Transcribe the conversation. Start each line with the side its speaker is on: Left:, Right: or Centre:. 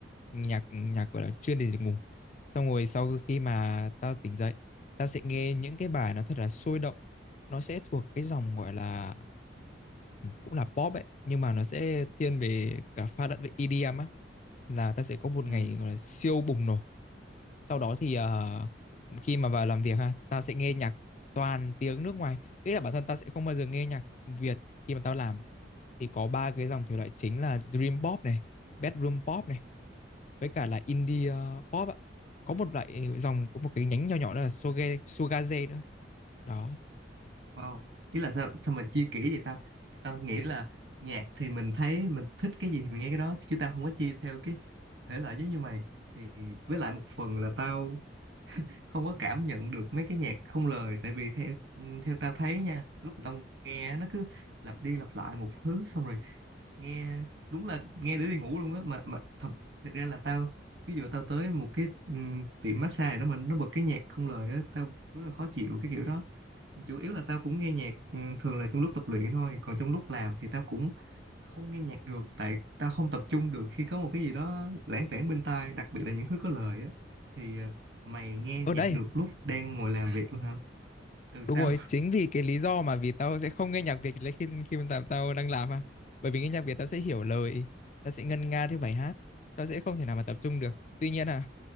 Left: nhạc nhạc gọi là chuyên để ngủ. Xong rồi sau khi mà tao tỉnh dậy, tao sẽ nghe những cái bài nó thật là sôi động. Nó sẽ thuộc cái dòng gọi là ừ, cũng là pop ấy, nhưng mà nó sẽ thiên về cả pha lẫn với EDM á là ta sẽ có một
Right: ừ,
Left: ngày gọi là siêu bùng nổ sau đó thì ờ, khi mà vào làm việc ha tao sẽ nghe nhạc toàn tiếng nước ngoài nghĩa là bản thân tao sẽ không bao giờ nghe nhạc Việt khi mà tao làm thì có ba cái dòng thể loại chính là dream pop này bedroom pop này với cả là indie ờ, pop ạ có một loại dòng có một cái nhánh nhỏ nhỏ đó là shoge- shogaze nữa đó
Right: wow chứ là sao sao mà chia kỹ vậy ta tao nghĩ là nhạc thì mình thấy mình thích cái gì thì mình nghe cái đó chứ tao không có chia theo cái thể loại giống như mày thì với lại một phần là tao không có cảm nhận được mấy cái nhạc không lời tại vì theo ừ, theo tao thấy nha lúc mà tao nghe á, nó cứ lặp đi lặp lại một thứ xong rồi nghe đúng là nghe để đi ngủ luôn á mà mà thật, thật ra là tao ví dụ tao tới một cái ừm, tiệm massage đó mà nó bật cái nhạc không lời á tao rất là khó chịu cái kiểu đó chủ yếu là tao cũng nghe nhạc ừ, thường là trong lúc tập luyện thôi còn trong lúc làm thì tao cũng không nghe nhạc được tại tao không tập trung được khi có một cái gì đó lãng vảng bên tai đặc biệt là những thứ có lời á thì ờ, mày nghe
Left: ở
Right: nhạc
Left: đây
Right: được lúc đang ngồi làm việc luôn hả ừ
Left: Đúng
Right: sao
Left: rồi, chính vì cái lý do mà vì tao sẽ không nghe nhạc Việt lấy khi khi mà tao, tao đang làm mà. Bởi vì nghe nhạc Việt tao sẽ hiểu lời, tao sẽ ngân nga theo bài hát, tao sẽ không thể nào mà tập trung được. Tuy nhiên à,